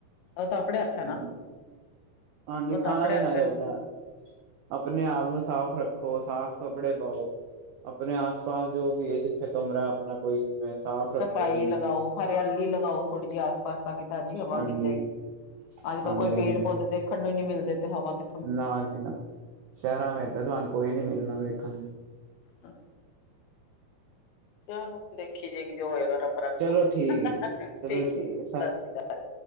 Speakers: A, on the left; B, on the right.
A: ਉਹ ਤਾਂ ਆਪਣੇ ਹੱਥ ਹੈ ਨਾ
B: ਹਾਂਜੀ ਹਾਂਜੀ
A: ਉਹ ਤਾਂ
B: ਖਾਣਾ
A: ਆਪਣੇ
B: ਪੀਣਾ
A: ਹੱਥ ਹੈ।
B: ਤੇ ਆਪਣਾ ਆਪਣੇ ਆਪ ਨੂੰ ਸਾਫ਼ ਰੱਖੋ ਸਾਫ਼ ਕੱਪੜੇ ਪਾਓ ਆਪਣੇ ਆਸ ਪਾਸ ਜੋ ਵੀ ਹੈ ਜਿੱਥੇ ਕਮਰਾ ਆਪਣਾ ਕੋਈ ਸਾਫ਼
A: ਸਫ਼ਾਈ
B: ਰੱਖੋ ਉਹਨੂੰ
A: ਲਗਾਓ ਹਰਿਆਲੀ ਲਗਾਓ ਥੋੜੀ ਜਿਹੀ ਆਸ ਪਾਸ ਤਾਂ ਕਿ ਤਾਜ਼ੀ ਹਵਾ
B: ਹਾਂਜੀ
A: ਮਿਲੇ ਅੱਜ
B: ਹਾਂਜੀ
A: ਕੱਲ ਕੋਈ ਪੇੜ
B: ਹਾਂਜੀ
A: ਪੌਦੇ ਦੇਖਣ ਨੂੰ ਹੀ ਨੀ ਮਿਲਦੇ ਤੇ ਹਵਾ ਕਿ
B: ਨਾ ਜੀ ਨਾ ਸ਼ਹਿਰਾਂ ਵਿੱਚ ਤਾਂ ਤੁਹਾਨੂੰ ਕੋਈ ਨੀ ਮਿਲਣਾ ਵੇਖਣ ਨੂੰ
A: ਅਹ <unintelligible> ਚਲੋ ਦੇਖੀ ਜਾਏਗੀ ਜੋ ਹੋਏਗਾ ਰੱਬ ਰੱਖਾ
B: ਚਲੋ ਠੀਕ
A: ਠੀਕ
B: ਹੈ, ਚਲੋ ਠੀਕ
A: ਐ ਜੀ
B: ਹੈ,
A: ਸਤਿ ਸ੍ਰੀ ਅਕਾਲ